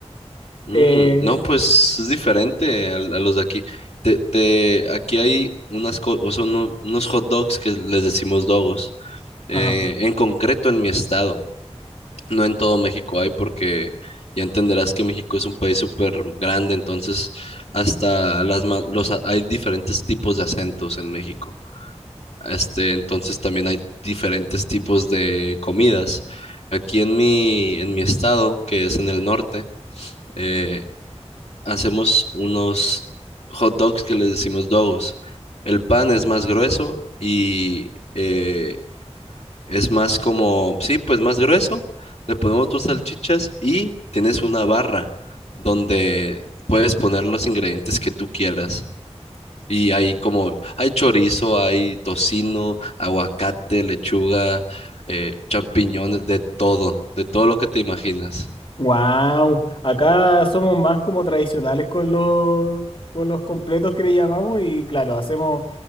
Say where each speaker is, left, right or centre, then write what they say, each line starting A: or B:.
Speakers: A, on the left (about 70°); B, on the left (about 50°).
A: Mm,
B: Eh,
A: no, pues es diferente al- a, los de aquí. Te, te, aquí hay unas co- o sea, uno- unos hot dogs que les decimos dogos. eh,
B: ajá.
A: en concreto en mi estado. No en todo México hay porque ya entenderás que México es un país súper grande, entonces hasta las ma- los a- hay diferentes tipos de acentos en México. Este, entonces también hay diferentes tipos de comidas. Aquí en mi en mi estado, que es en el norte, eh, hacemos unos hot dogs que les decimos dogos. El pan es más grueso y eh, es más como, sí, pues más grueso. Le ponemos dos salchichas y tienes una barra donde puedes poner los ingredientes que tú quieras. Y hay como, hay chorizo, hay tocino, aguacate, lechuga, eh, champiñones, de todo, de todo lo que te imaginas.
B: Wow, acá somos más como tradicionales con los, con los completos que le llamamos y claro, hacemos,